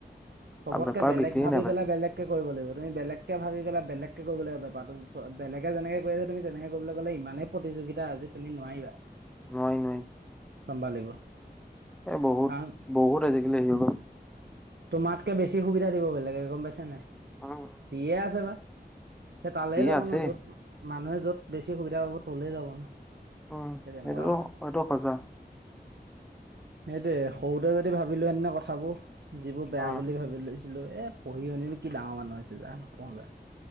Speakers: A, on the right (about 80°); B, in the centre.
A: চবতকে
B: আৰু বেপাৰ
A: বেলেগ
B: বেছিয়ে
A: ভাবি
B: নাপায়
A: পেলাই বেলেগ। কৰিব লাগিব তুমি বেলেগকৈ ভাবি পেলাই বেলেকৈ কৰিবাগ বোৰটো বেলেগে যেনেকৈ আছে তুমি তেনেকৈ কৰিবলৈ গ'লে ইমানে। প্ৰতিযোগিতা আজি তুমি নোৱাৰিবা।
B: মই নোৱাৰিম।
A: চম্ভালিব
B: এ বহুত
A: কাৰণ
B: বহুত আজিকালি সি
A: তোমাতকে বেছি সুবিধা দিব বেলেগে গম পাইছা নাই
B: উম
A: দিয়ে আছে বা সেই তালেই
B: যি
A: যাব
B: আছে
A: ন য'ত মানুহে য'ত বেছি সুবিধা পাব তলে যাব ন
B: উম,
A: হে তেনেকুৱা
B: সেইটোতো
A: কথা
B: সেইটো সঁচা।
A: সেইটোৱে সৰুতে যদি ভাবিলো হেতেন নো কথাবোৰ যিবোৰ বেয়া
B: উম,
A: বুলি ভাবি লৈছিলোঁ এই পঢ়ি শুনি নো কি ডাঙৰ মানুহ হৈছে যা নপঢ়োঁ যা